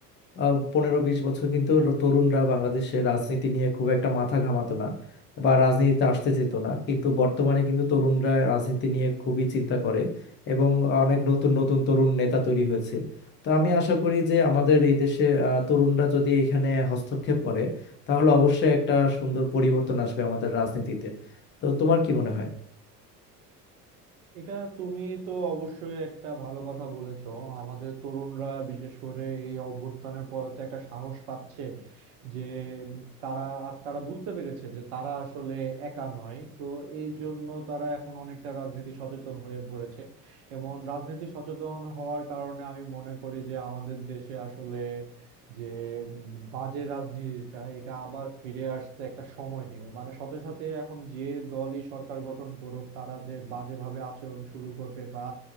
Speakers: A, on the left; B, on the right.
A: আহ, পনেরো বিশ বছর কিন্তু র- তরুণরা বাংলাদেশে রাজনীতি নিয়ে খুব একটা মাথা ঘামাতো না বা রাজনীতিতে আসতে চেত না কিন্তু বর্তমানে কিন্তু তরুণরা রাজনীতি নিয়ে খুবই চিন্তা করে এবং অনেক নতুন নতুন তরুণ নেতা তৈরি হয়েছে তো আমি আশা করি যে আমাদের এই দেশে আহ, তরুণরা যদি এখানে হস্তক্ষেপ করে তাহলে অবশ্যই একটা সুন্দর পরিবর্তন আসবে আমাদের রাজনীতিতে তো তোমার কি মনে হয়
B: এটা তুমি তো অবশ্যই একটা ভালো কথা বলেছো আমাদের তরুণরা বিশেষ করে এই অভ্যুত্থানের পরে তো একটা সাহস পাচ্ছে যে উম, তারা আর তারা বুঝতে পেরেছে যে তারা আসলে একা নয় তো এই জন্য তারা এখন অনেকটা রাজনীতি সচেতন হয়ে পড়েছে এবং রাজনীতি সচেতন হওয়ার কারণে আমি মনে করি যে আমাদের দেশে আসলে যে উম, বাজে রাজনীতিটা এটা আবার ফিরে আসতে একটা সময় নেবে মানে সাথে সাথে এখন যে দলই সরকার গঠন করুক তারা যে বাজেভাবে আচরণ শুরু করবে বা